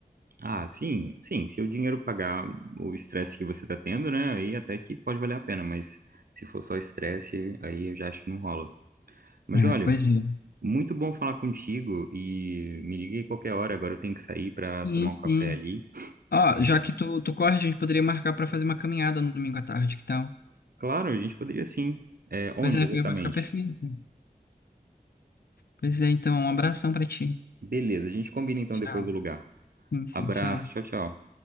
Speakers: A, on the right; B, on the left.
A: Ah, sim, sim, se o dinheiro pagar o estresse que você tá tendo, né, aí até que pode valer a pena, mas se for só estresse, aí eu já acho que não rola. Mas
B: É,
A: olha,
B: pois é.
A: muito bom falar contigo e me liga aí qualquer hora, agora eu tenho que sair para
B: Sim,
A: tomar
B: sim.
A: um café ali.
B: Ó,
A: É,
B: já que tu, tu corre, a gente poderia marcar pra fazer uma caminhada no domingo à tarde, que tal?
A: Claro, a gente poderia sim. É, onde
B: Pois é,
A: exatamente?
B: fica- vai ficar perfeito. Pois é, então, um abração pra ti.
A: Beleza, a gente combina então
B: Tchau.
A: depois do lugar.
B: Sim, sim,
A: Abraço,
B: tchau.
A: tchau, tchau.